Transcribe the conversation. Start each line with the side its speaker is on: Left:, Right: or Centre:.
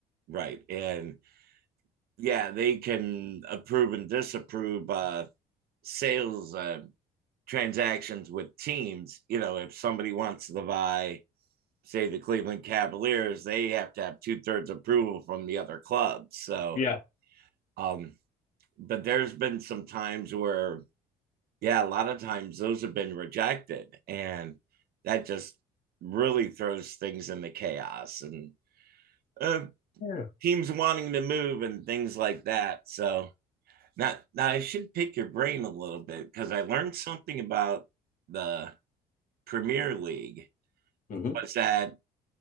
Right: Right. And yeah, they can approve and disapprove uh, sales uh, transactions with teams. You know, if somebody wants to buy, say, the Cleveland Cavaliers, they have to have two thirds approval from the other clubs. So,
Left: Yeah.
Right: um, but there's been some times where, yeah, a lot of times those have been rejected. And that just really throws things into chaos and uh,
Left: Yeah.
Right: teams wanting to move and things like that. So, Now, now I should pick your brain a little bit because I learned something about the Premier League.
Left: Mm-hmm.
Right: Was that,